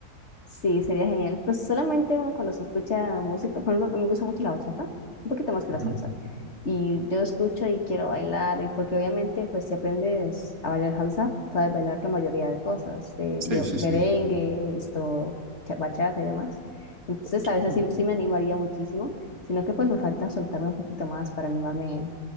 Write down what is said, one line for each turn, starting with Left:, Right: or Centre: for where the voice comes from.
Left: Sí, sería genial. Pues solamente uno cuando se escucha música, por ejemplo, me gusta mucho la bachata, un poquito más que
Right: Ujú.
Left: la salsa. Y yo escucho y quiero bailar, y porque obviamente, pues si aprendes a bailar salsa, sabes bailar la mayoría de cosas, de,
Right: Sí,
Left: de
Right: sí,
Left: merengue,
Right: sí.
Left: esto, cha- bachata y demás. Entonces,
Right: Ok.
Left: a veces sí, sí me animaría muchísimo, sino que pues me falta soltarme un poquito más para animarme